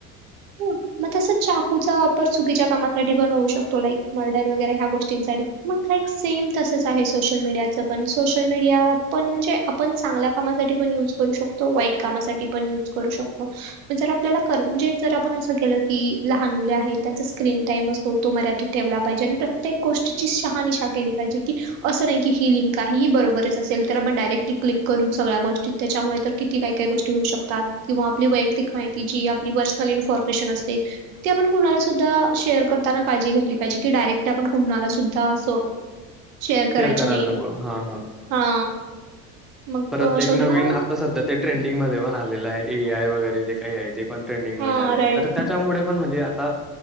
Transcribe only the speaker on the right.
हो मग तस चाकूचा वापर चुकीच्या कामासाठी पण होऊ शकतो मग लाईक मर्डर वगैरे ह्या गोष्टींसाठी मग लाईक सेम तसंच आहे सोशल मीडियाचं पण सोशल मीडिया पण म्हणजे आपण चांगल्या कामासाठी पण युज करू शकतो वाईट कामासाठी पण युज करू शकतो आपल्या म्हणजे आपण के की लहान मुले आहेत त्यांचा स्क्रीन टाइम असतो तो मर्याठीत ठेवला पाहिजे आणि प्रत्येक गोष्टीची शहानिशा केली पाहिजे की असं नाही की ही लिंक आहेही बरोबरच असेल तर आपण डायरेक्टली क्लिक करून सगळ्या गोष्टी. त्याच्यामुळे तर किती काय काय गोष्टी होऊ शक तात किंवा आपली वैयक्तिक माहिती जी आपली पर्सनल इन्फॉर्मेशन असते. ती आपण कुणाला सुद्धा शेअर करताना काळजी घेतली पाहिजे की डायरेक्ट आपण कुणाला सुद्धा असं शेअर करायची
नाही
हा. मग
अ,
शेवटी
मला हम्म.
हा
राईट